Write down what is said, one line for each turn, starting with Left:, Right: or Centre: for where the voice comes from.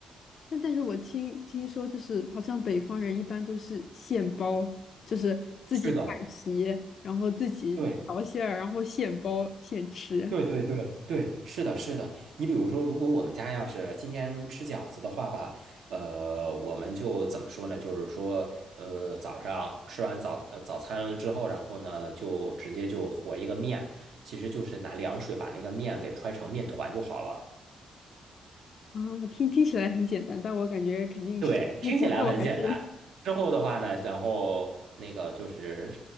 Left: 但但是我听听说，就是好像北方人一般都是现包，就是自己擀皮，
Right: 是的，
Left: 然后自己调馅儿，
Right: 对。
Left: 然后现包现吃。
Right: 对对对对，是的，是的。你比如说，如果我们家要是今天吃饺子的话吧，呃，我们就怎么说呢？就是说，呃，早上吃完早呃早餐之后，然后呢，就直接就和一个面，其实就是拿凉水把那个面给揣成面团就好了。
Left: 啊，听听起来很简单，但我感觉肯定实际步骤还是……
Right: 对，听起来很简单。之后的话呢，然后那个就是